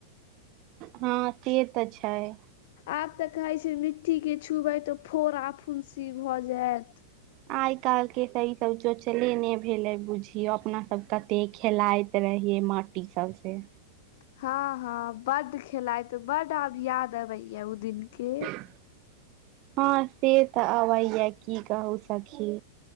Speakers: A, on the right; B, on the left.
A: हँ से तऽ छैय।
B: आब तऽ कहै छै मिट्टी के छुबै तऽ फोरा- फुंसी भऽ जैत।
A: आइ काल्हि के त ई सब चोचले ने भैलै बुझियो अपना सब कते खेलाइत रहियै माटी सबसे
B: हँ हँ बड खेलाायत बड आब याद अबेये ओ दिन के
A: हँ से तऽ अबैये की कहू सखी